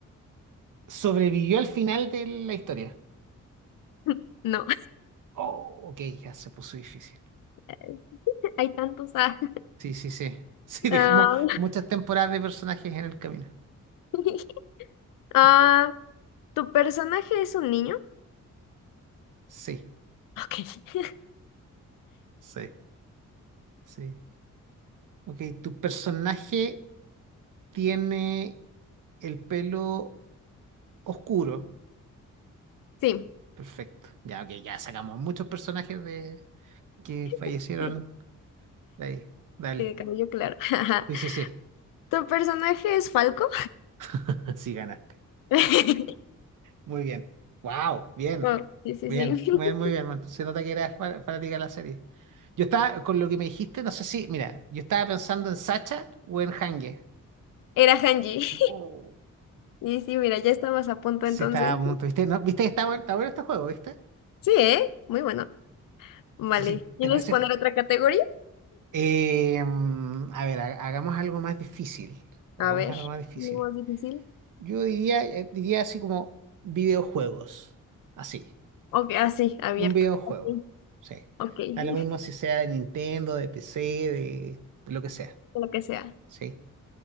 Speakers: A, on the right; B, on the left.
A: sobrevivió al final de la historia.
B: <laughs> No,
A: Oh, ok, ya se puso difícil.
B: <laughs> hay tantos. Ah.
A: Sí, sí, sí. <laughs> Sí, dejamos
B: Ah,
A: muchas temporadas de personajes en el camino.
B: <laughs> ah,
A: Ok.
B: ¿tu personaje es un niño?
A: Sí,
B: Ok. <laughs>
A: sí, sí. Ok, tu personaje tiene el pelo Oscuro.
B: Sí.
A: Perfecto. Ya, ok, ya sacamos muchos personajes de que fallecieron
B: <laughs> sí,
A: de ahí. Dale.
B: De cabello claro. <laughs>
A: Sí, sí, sí.
B: ¿Tu personaje es Falco?
A: <laughs> Sí, ganaste.
B: <laughs>
A: Muy bien. Wow, bien.
B: Oh, sí, sí,
A: Bien,
B: sí. <laughs>
A: muy, muy bien, man. Se nota que eras fa- fanática de la serie. Yo estaba, con lo que me dijiste, no sé si, mira, yo estaba pensando en Sacha o en Hange.
B: Era Hanji.
A: Oh,
B: Y sí, mira, ya estabas a punto
A: sí,
B: entonces.
A: estaba a punto,
B: <laughs>
A: ¿viste? ¿No? ¿Viste? que Está bueno, está bueno este juego, ¿viste?
B: Sí, ¿eh? Muy bueno. Vale.
A: Sí, sí,
B: ¿Quieres
A: ¿te parece?
B: poner otra categoría?
A: Eh, mm, a ver, ha- hagamos algo más difícil. Hagamos
B: A ver.
A: algo más difícil.
B: ¿No más difícil?
A: Yo diría, eh, diría así como videojuegos. Así.
B: Ok, ah, sí, abierto.
A: Un videojuego.
B: Ok,
A: Sí.
B: ok, <laughs>
A: Da lo mismo si sea de Nintendo, de PC, de, de lo que sea.
B: lo que sea.
A: Sí.